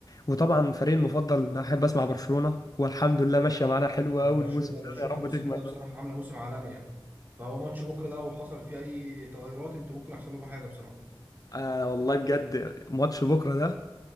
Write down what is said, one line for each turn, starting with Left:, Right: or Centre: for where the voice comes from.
Left: وطبعا فريقي المفضل بحب اسمع برشلونه والحمد لله ماشيه معانا حلوه
Right: برشلونة
Left: قوي الموسم
Right: ده برشلونة
Left: ده يا رب
Right: الموسم
Left: تكمل
Right: ده بصراحة
Left: بقى
Right: عاملة موسم عالمي يعني فهو ماتش بكرة ده لو حصل فيه أي تغيرات أنتوا ممكن يحصل لكم حاجة بصراحة
Left: آه والله بجد ماتش بكره ده